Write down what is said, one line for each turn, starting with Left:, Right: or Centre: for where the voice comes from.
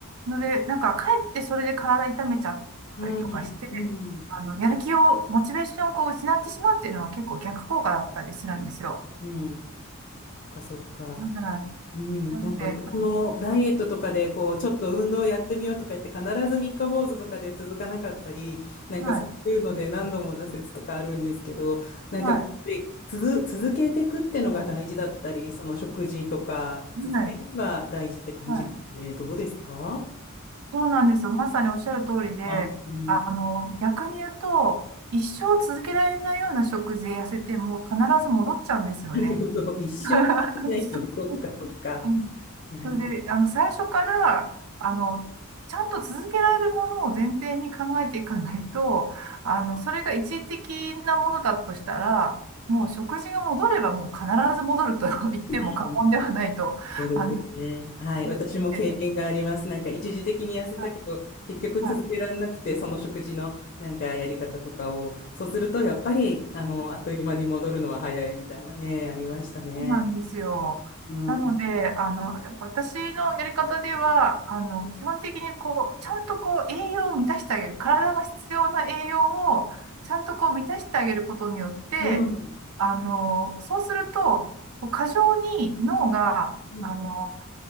Right: ので、なんかかえってそれで体痛めちゃったりとかして、
Left: うん、うん、
Right: あの、やる気を、モチベーションをこう失ってしまうっていうのは結構逆効果だったりするんですよ。
Left: うん。そっかそっか。
Right: はい。
Left: うん。
Right: なので、
Left: なんか私もダイエットとかで、
Right: はい、
Left: こう、ちょっと運動やってみようとか言って、必ず三日坊主とかで続かなかったり、なんかそういうので何度も挫折とかあるんですけど、
Right: はい、
Left: なんかやっぱり続、
Right: は
Left: 続けていくってのが大事だったり、その食事とか、
Right: い、
Left: 続けるのが大事って感じですね。
Right: はい。
Left: どうですか
Right: そうなんですよ。まさにおっしゃる通りで、
Left: あ、うん
Right: あの、逆に言うと、一生続けられないような食事で痩せても必ず戻っちゃうんですよね。
Left: なるほど。<laughs> 一生ないと、
Right: <laughs>
Left: そっかそっか。
Right: うん
Left: なるほ
Right: それで、あの、最初から、あの、ちゃんと続けられるものを前提に考えていかないと、あの、それが一時的なものだとしたら、もう食事が戻ればもう必ず戻ると <laughs> 言っても過言ではないと、
Left: ど。そうですよね。
Right: あの、
Left: はい。
Right: <laughs> 思って
Left: 私も経験があります。なんか一時的に痩せたけど、
Right: はい
Left: 結局続けられなくて、
Right: は
Left: その食事のなんかやり方とかを、そうすると、やっぱり、あの、
Right: い
Left: あっという間に戻るのは早いみたいなね、ありましたね。
Right: そうなんですよ。
Left: うん。
Right: なので、あの、やっぱ私のやり方では、あの、基本的にこう、ちゃんとこう、栄養を満たしてあげる。体が必要な栄養を、ちゃんとこう、満たしてあげることによって、
Left: うん。
Right: あの、そうすると、こう過剰に脳が、
Left: うん。うん。
Right: あの、